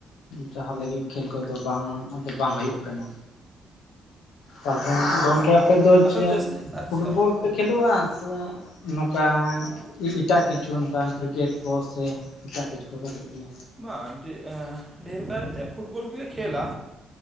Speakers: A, on the left; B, on the right.
A: ᱡᱟᱦᱟᱸ ᱞᱟᱹᱜᱤᱫ ᱠᱷᱮᱞ ᱠᱚᱫᱚ ᱵᱟᱝ ᱟᱫᱚ ᱵᱟᱝ ᱦᱩᱭᱩᱜ ᱠᱟᱱᱟ ᱛᱟᱦᱚᱞᱮ ᱜᱚᱢᱠᱮ ᱟᱯᱮ ᱫᱚ
B: ᱟᱪᱪᱷᱟ
A: ᱪᱮᱫ
B: ᱡᱟᱹᱥᱛᱤ ᱟᱪᱪᱷᱟ
A: ᱯᱷᱩᱴᱵᱚᱞ ᱯᱮ ᱠᱷᱮᱞᱳᱜᱼᱟ ᱥᱮ ᱱᱚᱝᱠᱟ ᱮᱴᱟᱜ ᱠᱤᱪᱷᱩ ᱱᱚᱝᱠᱟ ᱠᱨᱤᱠᱮᱴ ᱠᱚ ᱥᱮ ᱮᱴᱟᱜ ᱠᱤᱪᱷᱩ ᱠᱚᱠᱚ ᱠᱷᱮᱞ ᱜᱮᱭᱟ
B: ᱵᱟ ᱡ <inaudible> ᱰᱷᱮᱨ ᱠᱟᱨᱮᱛᱮ ᱯᱷᱩᱴᱵᱚᱞ ᱜᱮᱞᱮ ᱠᱷᱮᱞᱟ